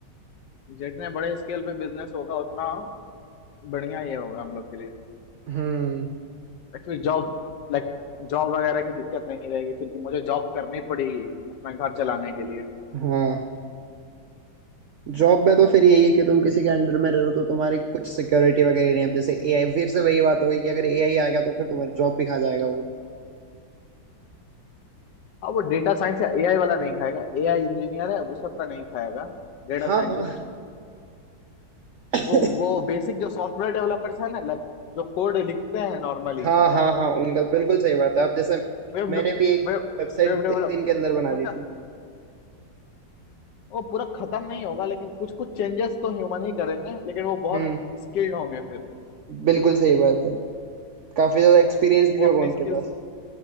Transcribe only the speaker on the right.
हम्म
हाँ जॉब में तो फिर यही है कि तुम किसी के अंडर में रह रहे हो तो तुम्हारी कुछ सिक्योरिटी वगैरह नहीं है अब जैसे एआई फिर से वही बात हो गई कि अगर एआई आ गया तो फिर तुम्हारी जॉब भी खा जाएगा वो
हाँ
हाँ <laughs>
<coughs>
हाँ हाँ हाँ उनका बिल्कुल सही बात है अब जैसे
मैंने भी एक
वेबसाइट
एक दिन के अंदर बना
दी थी
हम्म
बिल्कुल सही बात है काफी ज्यादा एक्सपीरियंस
भी होगा
उनके
पास